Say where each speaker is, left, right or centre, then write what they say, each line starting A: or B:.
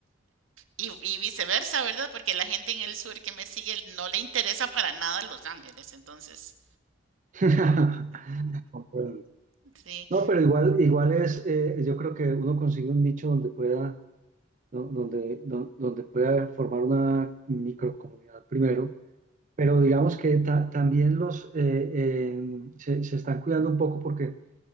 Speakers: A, on the right; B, on the right.
A: Y, y viceversa, ¿verdad? Porque la gente en el sur que me sigue no le interesa para nada Los Ángeles. Entonces,
B: <laughs> Comprendo.
A: sí.
B: No, pero igual, igual es, eh, yo creo que uno consigue un nicho donde pueda, do- donde, do- donde pueda formar una microcomunidad primero. Pero digamos que ta- también los eh, eh, se, se están cuidando un poco porque,